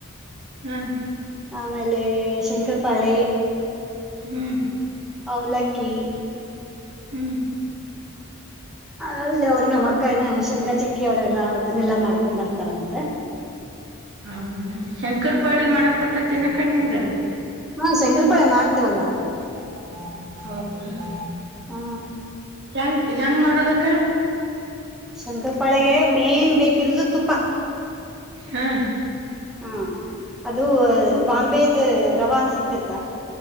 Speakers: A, on the right (about 55°); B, in the centre.
A: ಹ್ಮ್
B: ಆಮೇಲೆ ಶಂಕರ ಪಾಳೆ
A: ಹ್ಮ್.
B: ಅವಲಕ್ಕಿ.
A: ಹ್ಮ್.
B: ಅಲ್ಲ ಅವ ನಮಕ್ಕಾಯನೆ ಶಂಗಾ ಚ. ಕಿ ಅವರೆಲ್ಲಾ ಅದನ್ನೆಲ್ಲಾ ಮಾಡ್ಕೊ್ ಬರ್ತಾರಂತೆ.
A: ಹೌದ ಶಂಕರ್ ಪಾಳಿ ಮಾಡಕ್ ಬರ್ತ ಮತ್ತ ತಿನ್ನಕ್ಕ ನಿಮ ಇದೆ
B: ಹಾ ಶಂಕರಪಾಳೆ ಮಾಡ್ತ ವಲ್ಲ
A: ಹ ಹ ಹ
B: ಹಾ
A: ಹೆಂಗ್ ಹೆಂಗ್ ಮಾಡ ನಡ್ಬೇಕ
B: ಶಂಕರ ಪಾಳೆಗೆ ಮೇನ್ ಬೇಕಿರೋದು ತುಪ್ಪ
A: ಹಾ
B: ಹಾ ಅದು
A: ಹ್ಮ್
B: ಬಾಂಬೆದು. ರವನ್ ಸಿಗ್ತತ.